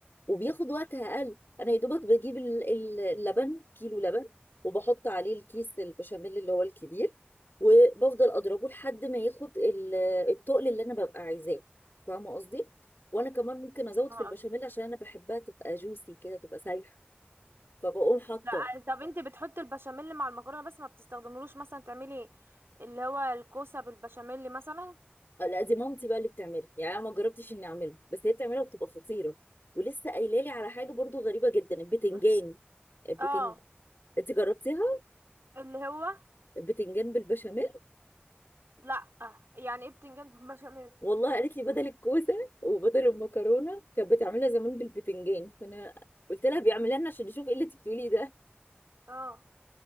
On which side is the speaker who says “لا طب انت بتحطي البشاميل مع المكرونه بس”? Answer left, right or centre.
Right